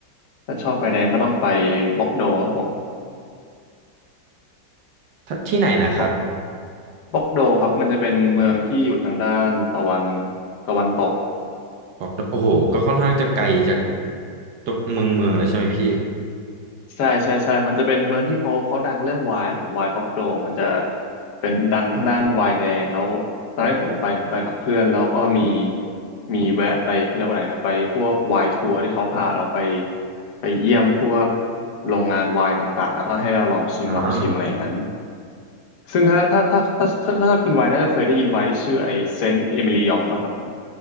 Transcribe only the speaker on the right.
ถ้าที่ไหนนะครับ
บอกดโอ้โหก็ค่อนข้างจะไกลจากตัวเมืองเมืองเลยใช่ไหมพี่
อ่า